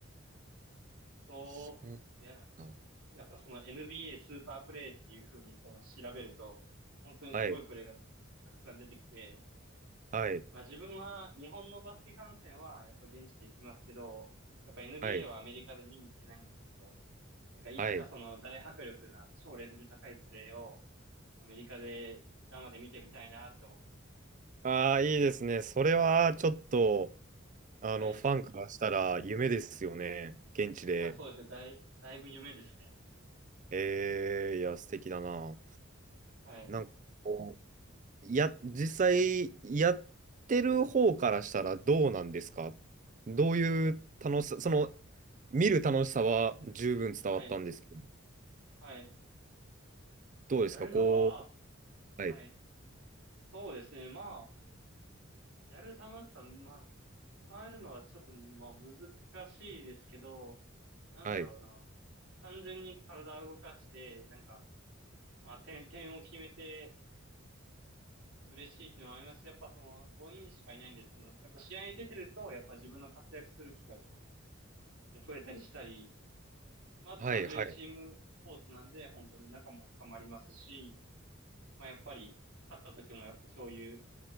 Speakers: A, on the right; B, on the right.
A: そう、
B: そう
A: で、
B: なの
A: やっぱその NBA スーパープレイっていう風に多分調べると、本当にすごいプレーが
B: だ。はい、
A: たくさん出てきて、
B: はい、
A: まあ自分は日本のバスケ観戦はやっぱ現地で行きますけど、やっぱ NBA
B: はい、
A: はアメリカで見に行けないんですけど、なんかいつかその大迫力な超レベル高いプレーを
B: はい。
A: アメリカで生で見てみたいなって思いますね。
B: ああ、いいですね。それはちょっと、あの、
A: はい。
B: ファンからしたら夢ですよね。現地で。
A: いや、そうですね。だい、だいぶ夢ですね。
B: ええいや、素敵だな。
A: はい。
B: なんかこう、や、実際、やってる方からしたらどうなんですかどういう楽しさ、その、見る楽しさは十分伝わったんですけど、
A: はい。はい。
B: どうですかこう、
A: やるのは、
B: はい、
A: はい。そうですね。まあ、やる玉ださたまあ、使えるのはちょっと、まあ、難しいですけど、なんだろうな。
B: はい、
A: 単純に体を動かして、なんか、まあ、点、点を決めて嬉しいっていうのもありますし、やっぱその、5人しかいないんで、その、やっぱ試合に出てると、やっぱ自分の活躍する機会とかも増えたりしたり、まあ、あと単純にチームスポーツなんで、
B: はい、はい。う
A: 本当に仲も深まりますし、まあ、やっぱり、勝った時もやっぱ共有